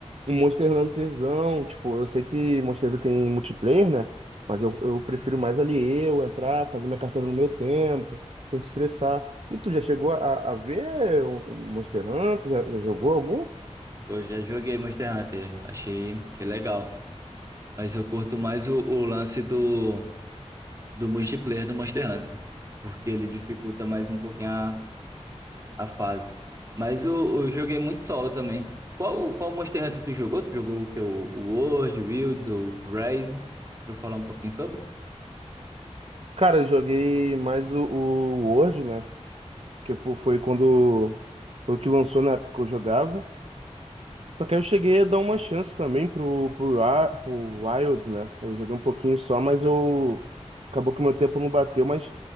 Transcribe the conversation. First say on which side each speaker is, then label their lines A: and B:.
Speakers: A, on the right; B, on the right.
A: Um Monster Hunterzão, tipo, eu sei que Monster Hunter tem multiplayer, né? Mas eu, eu prefiro mais ali eu entrar, fazer minha caçada no meu tempo, sem se estressar. E tu já chegou a, a ver um um Monster Hunter? Já, já jogou algum?
B: Eu já joguei Monster Hunter, achei, achei legal. Mas eu curto mais o, o lance do do multiplayer do Monster Hunter, porque ele dificulta mais um pouquinho a, a fase. Mas eu, eu joguei muito solo também. Qual, qual Monster Hunter tu jogou? Tu jogou o que? O, o World, o Wilds, o Rise? Pra eu falar um pouquinho sobre?
A: Cara, eu joguei mais o, o World, né? Que pô, foi quando foi o que lançou na época que eu jogava. Só que aí eu cheguei a dar uma chance também pro, pro, Wa- pro Wilds, né? Eu joguei um pouquinho só, mas eu. Acabou que meu tempo não bateu, mas